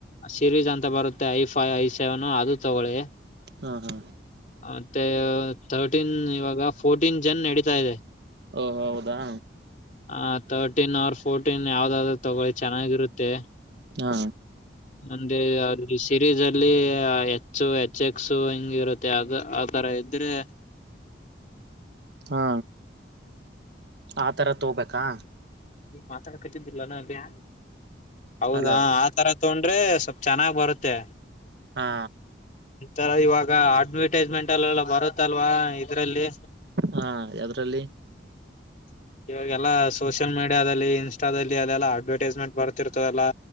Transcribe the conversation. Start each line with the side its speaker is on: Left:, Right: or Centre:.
Left: ಸಿರೀಜ್ ಅಂತ ಬರುತ್ತೆ ಐ ಫೈವ್ ಐ ಸೆವೆನ್ ಅದು ತಗೊಳ್ಳಿ
Right: ಹಾ ಹಾ
Left: ಮತ್ತೆ ತಥರ್ಟೀನ್ ಇವಾಗ ಫೋರ್ಟೀನ್ ಜನ್ ನಡೀತಾ ಇದೆ
Right: ಓ ಹೌದಾ
Left: ಹ ತರ್ಟೀನ್ ಅವರ್ ಫೋರ್ಟೀನ್ ಯಾವ್ದಾದ್ರು ತಗೊಳ್ಳಿ ಚೆನ್ನಾಗಿರುತ್ತೆ
Right: ಹಾ
Left: ನಂದೇ ಯ ಈ ಸಿರೀಸ್ ಅಲ್ಲಿ ಹೆಚ್ಚು ಹೆಚ್ ಎಕ್ಸ್ ಹಿಂಗ ಇರುತ್ತೆ ಅದು ಆ ತರ ಇದ್ರೆ
Right: ಹಾ ಆತರ ತಗೋಬೇಕಾ
Left: ಈ ಮಾತಾಡಕತಂತಿಲ್ಲ ಅ ಹೌದಾ
Right: ಹಲೋ
Left: ತರ ತೊಡ್ರೆ ಸ್ವಲ್ಪ್ ಚೆನ್ನಾಗ್ ಬರುತ್ತೆ
Right: ಹಾ
Left: ಈಥರ ಇವಾಗ ಅಡ್ವಟೈಸ್ಮೆಂಟ್ ಅಲ್ಲೆಲ್ಲ ಬರುತ್ತಲ್ವಾ ಇದ್ರಲ್ಲಿ
Right: ಹಾ ಅದ್ರಲ್ಲಿ
Left: ಇವಾಗೆಲ್ಲಾ ಸೋಷಿಯಲ್ ಮೀಡಿಯಾದಲ್ಲಿ ಇನ್ಸ್ಟಾದಲ್ಲಿ ಅದೆಲ್ಲಾ ಅಡ್ವರ್ಟೈಸ್ಮೆಂಟ್ ಬರುತ್ತೆ ರ್ತದಲ್ಲಾ